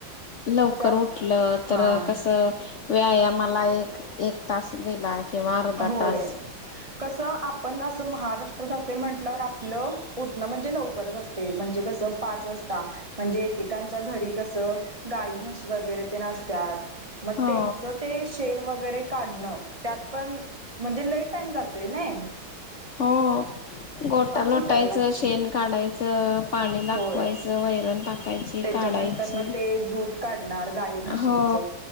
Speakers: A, on the left; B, on the right.
A: लवकर
B: त्या
A: उठलं
B: हा
A: तर कस व्यायामाला एक एक तास दिला किंवा अर्धा
B: होय
A: तास
B: कसं पण असं महाराष्ट्र जाते म्हटल्यावर आपलं उठणं म्हणजे लवकरच असते म्हणजे कसं. पाच वाजता म्हणजे एकेकांच्या घरी कसं गाई, म्हशी वगैरे ते असतात. मग
A: हो
B: त्यांच ते शेण वगैरे काढण त्यात पण म्हणजे <unintelligible> टाइम जातोय नाही.
A: हो गोटा लोटायचं,
B: उठायला लागते
A: शेण काढायचं, पाणी दाखवायचं.
B: होय
A: वैरण टाकायची,
B: त्याच्यानंतर
A: काढायची.
B: ना ते दूध काढणार गाई म्हशीच
A: हो.